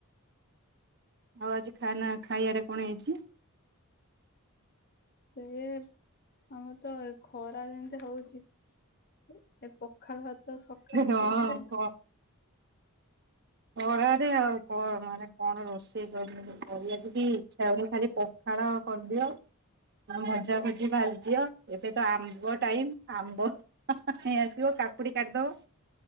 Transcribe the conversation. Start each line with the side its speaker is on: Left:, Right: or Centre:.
Right: ଆଉ ଆଜି ଖାନା ଖାଇବାରେ କଣ ହେଇଛି?
Left: ସେ ଆମର ତ ଏ ଖରା ଯେମିତି ହଉଛି। ଏ ପଖାଳ ଭାତ ସଖାଳୁ
Right: ହଁ
Left: ଖାଉଛୁ।
Right: କ ଖରାରେ ଆଉ କଣ ମାନେ କଣ ରୋଷେଇ କରୀମୁ କରିବାକୁ ବି ଇଚ୍ଛା ହଉନି ଖାଲି ପ ଖାଳ କରିଦିଅ। ଭଜା ଭଜି ଭାଜିଦିଅ ଏବେ ତ ଆମ୍ବ ଟାଇମ ଆମ୍ବ ନେଇ ଆସିବ। କାକୁଡି କାଟିିଦବ